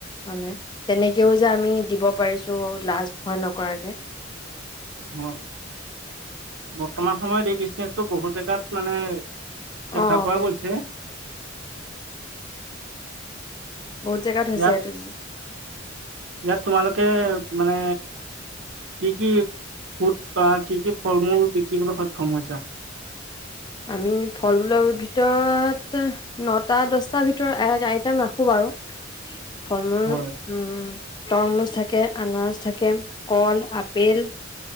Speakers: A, on the left; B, on the right.
A: হয়নে তেনেকেও যে আমি দিব পাৰিছোঁ লাজ ভয় নকৰাকে।
B: হয় বৰ্তমান সময়ত এই বিজনেচটো বহুত জেগাত মানে
A: অ
B: দেখা পোৱা
A: বহুত
B: গৈছে।
A: বহুত জেগাত হৈছে
B: ইয়াক
A: এইটো
B: ইয়াক তোমালোকে মানে কি কি? সুত বা কি কি ফল মূল বিকিবলৈ সক্ষম হৈছা?
A: আমি ফলমূলৰ ভিতৰত নটা দছটাৰ ভিতৰত আইটেম ৰাখোঁ বাৰু ফল মূল
B: হয়
A: উম। তৰমুজ থাকে আনাৰস থাকে কল আপেল